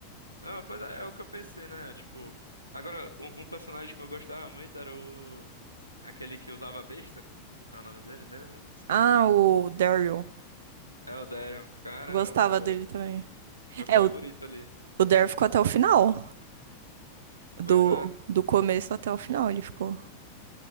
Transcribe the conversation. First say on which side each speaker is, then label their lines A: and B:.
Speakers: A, on the right; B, on the right.
A: Não, pois é, é o que eu pensei, né? Tipo, agora, um, um personagem que eu gostava muito era o... Aquele que usava a besta. Não é o nome dele mesmo? Esqueci.
B: Ah, o Daryl.
A: É o Daryl. Cara,
B: Eu gostava
A: eu-
B: dele também.
A: meu favorito
B: É, o,
A: ali.
B: o Daryl ficou até o final. Do,
A: Pois é.
B: do começo até o final ele ficou.